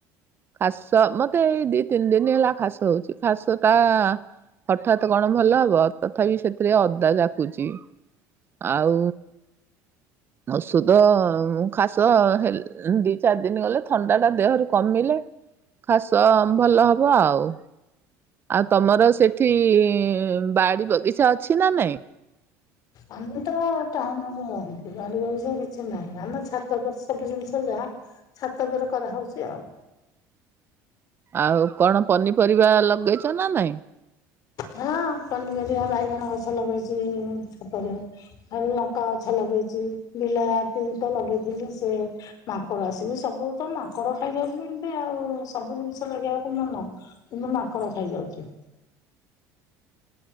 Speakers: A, on the right; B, on the left.
A: ଖାସ ମତେ ଏଇ ଦି ତିନି ଦିନ ହେଲା ଖାସ ହଉଛି ଖାସ ଟା ହଠାତ୍ କଣ ଭଲ ହବ ତଥାପି ସେଥିରେ ଅଦା ଜାକୁଛି। ଆଉ ଔଷଧ ଖାସ ହେ ଉ ଦି ଚାରି ଦିନ ଗଲେ ଥଣ୍ଡା ଟା ଦେହରୁ କମିଲେ ଖାସ ଭଲ ହବ ଆଉ। ଆଉ ତମର ସେଠି ବାଡି ବଗିଚା ଅଛି ନା ନାଇଁ?
B: ଆମେ ତ ଟାଉନ ରେ ରହୁଛୁ ବାଡ଼ି ବଗିଚା କିଛି ନାହିଁ ଆମେ ଛାତ ଉପରେ ସବୁ ଜିନିଷ ଯାହା ଛାତ ଉପରେ କରାହେଉଛି ଆଉ।
A: ଆଉ କଣ ପନିପରିବା ଲଗେଇଛ ନା ନାଇଁ?
B: ହଁ ପନିପରିବା ବାଇଗଣ ଗଛ ଲଗେଇଛି ଛାତରେ। ଖାଲି ଲଙ୍କା ଗଛ ଲଗେଇଛି ବିଲାତି ତ ଲଗେଇଥିଲି ସେ ମାଙ୍କଡ ଆସିକି ସବୁ ତ ମାଙ୍କଡ ଖାଇଦଉଛନ୍ତି ଆଉ ସବୁ ଜିନିଷ ଲଗେଇବାକୁ ମନ। କିନ୍ତୁ ମାଙ୍କଡ଼ ଖାଇଯାଉଛି।